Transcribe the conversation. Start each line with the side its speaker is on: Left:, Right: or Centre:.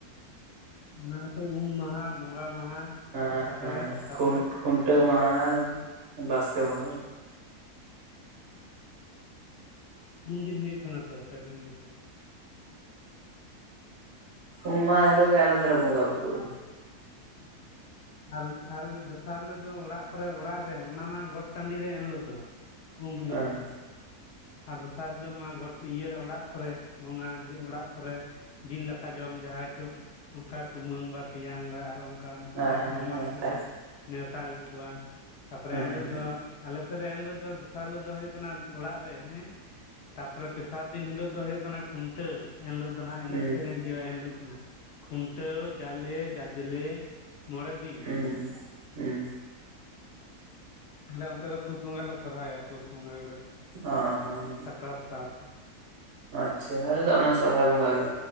Left: ᱚᱱᱟ ᱦᱛᱚ ᱩᱢ ᱢᱟᱦᱟ ᱵᱚᱸᱜᱟ ᱢᱟᱦᱟ
Right: ᱦᱮᱸ ᱦᱮᱸ
Left: ᱛᱟᱯᱚᱨᱮ ᱛᱟᱯᱚᱨᱮ
Right: ᱠᱷᱩᱱᱴᱟᱹᱣ ᱢᱟᱦᱟ ᱵᱟᱥᱠᱮ ᱢᱟᱦᱟ
Left: ᱟᱪ ᱩᱱᱫᱤᱱ ᱦᱩᱭᱩᱜ ᱠᱟᱱᱟ ᱛᱚ ᱯᱮ ᱫᱤᱱ ᱫᱚ ᱪᱮᱫᱟᱜ
Right: ᱩᱢᱟ ᱢᱟᱦᱟ ᱦᱮᱞᱜ ᱜᱮ ᱟᱞᱟᱜ ᱟᱞ ᱫᱚᱞᱮ ᱵᱚᱝᱜᱟ ᱵᱩᱨᱩᱜᱼᱟ
Left: <unintelligible> ᱟᱨ ᱟᱨ ᱫᱚᱥᱟᱨ ᱦᱤᱞᱳ ᱫᱚ ᱚᱲᱟᱜ ᱠᱚᱨᱮ ᱚᱲᱟᱜ ᱨᱮ ᱚᱱᱟ ᱢᱟ ᱜᱚᱴ ᱴᱟᱸᱰᱤ ᱨᱮ ᱮᱱ ᱞᱳᱜ ᱫᱚ ᱩᱢ ᱦᱤᱞᱳᱜ
Right: ᱦᱮᱸ
Left: ᱢᱟ ᱟᱨ ᱫᱚᱥᱟᱨ ᱦᱤᱞᱳᱜ ᱢᱟ ᱜᱚᱴ ᱤᱭᱟᱹᱨᱮ ᱚᱲᱟᱜ ᱠᱚᱨᱮ ᱵᱚᱸᱝᱟ ᱚᱲᱟᱜ ᱠᱚᱨᱮ ᱡᱤᱞ ᱫᱟᱠᱟ ᱡᱚᱢ ᱡᱟᱦᱟᱭ ᱠᱚ ᱚᱝᱠᱟ ᱠᱩᱢᱟᱹᱝ ᱵᱟ ᱛᱮᱭᱟᱝ ᱵᱟ ᱟᱨᱚ ᱠᱟ ᱟᱫᱟᱨᱥ
Right: ᱦᱮᱸ ᱦᱮᱸ
Left: ᱢᱟᱢᱟ
Right: ᱦᱮᱸ
Left: ᱛᱠᱩ
Right: ᱛᱟᱦᱮᱸ
Left: ᱠᱚ ᱱᱮᱣᱛᱟ ᱟᱹᱜᱩ ᱠᱚᱣᱟ ᱛᱟᱯᱚᱨᱮ
Right: ᱦᱮᱸ
Left: ᱮᱱᱞᱳᱜ ᱫᱚ ᱟᱞᱮ ᱥᱮᱫ ᱫᱚ ᱮᱱᱞᱳᱜ ᱫᱚ ᱫᱚᱥᱟᱨ ᱦᱤᱞᱳᱜ ᱫᱚ ᱦᱩᱭᱩᱜ ᱠᱟᱱᱟ ᱚᱲᱟᱜ ᱦᱮᱸ ᱛᱟᱯᱚᱨᱮ ᱛᱮᱥᱟᱨ ᱫᱤᱱ ᱦᱤᱞᱳᱜ ᱫᱚ ᱦᱩᱭᱩᱜ ᱠᱟᱱᱟ ᱠᱷᱩᱱᱴᱟᱹᱣ ᱮᱱᱞᱳᱜ ᱫᱚ ᱦᱟᱸᱜ ᱮᱱᱮᱡ
Right: ᱦᱮᱸ
Left: ᱥᱮᱨᱮᱧ ᱦᱩᱭᱩᱜ-ᱟ ᱮᱱᱞᱳᱜ ᱠᱷᱚᱱᱟᱜ ᱠᱷᱩᱱᱴᱟᱹᱣ ᱡᱟᱞᱮ ᱡᱟᱡᱽᱞᱮ ᱢᱚᱬᱮ ᱫᱤᱱ
Right: ᱩᱸᱻᱦᱩᱸ
Left: ᱟᱞᱮ ᱚᱱᱛᱮ ᱫᱚ ᱯᱩᱥ ᱵᱚᱝᱟᱞᱮ ᱥᱚᱨᱦᱟᱭᱚ ᱯᱩᱥ ᱵᱚᱸᱜᱟ ᱜᱮᱞᱮ ᱥᱚᱨᱦᱟᱭᱚᱜ ᱛᱮᱱᱟ
Right: ᱚ ᱦᱚᱸ
Left: ᱥᱟᱠᱨᱟᱛ ᱥᱟᱶᱛᱮ
Right: ᱟᱪᱪᱷᱟ ᱟᱞᱮ ᱫᱚ ᱚᱱᱟ ᱥᱚᱨᱦᱟᱭ ᱵᱚᱸᱜᱟ ᱜᱮ